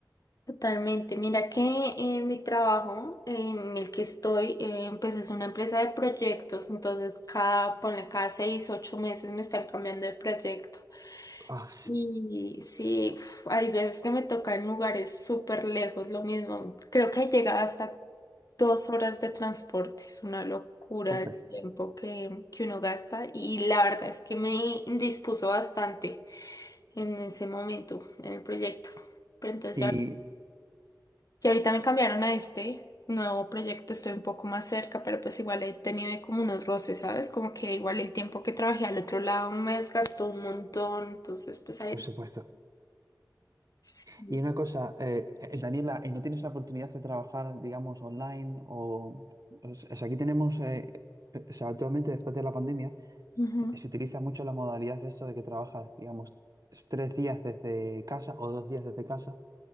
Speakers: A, on the left (about 55°); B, on the right (about 55°).
A: totalmente. Mira que en mi trabajo en el que estoy, eh, pues es una empresa de proyectos, entonces cada, ponle cada seis, ocho meses me están cambiando de proyecto.
B: Ah,
A: Y sí, uf, hay veces que me toca en lugares súper lejos, lo mismo. Creo que llega hasta dos horas de transporte, es una locura
B: súper.
A: el tiempo que, que uno gasta y la verdad es que me indispuso bastante en ese momento, en el proyecto. Pero entonces
B: Y,
A: ya que ahorita me cambiaron a este nuevo proyecto, estoy un poco más cerca, pero pues igual he tenido ahí como unos roces, ¿sabes? Como que igual el tiempo que trabajé al otro lado me desgastó un montón, entonces pues ahí...
B: por supuesto.
A: Sí,
B: Y una cosa, eh, eh, Daniela, ¿y no tienes la oportunidad de trabajar, digamos, online? O, o sea, aquí tenemos, eh, eh, o sea, actualmente después de la pandemia,
A: Ujú.
B: eh, se utiliza mucho la modalidad de esto de que trabajas, digamos, tres días desde casa o dos días desde casa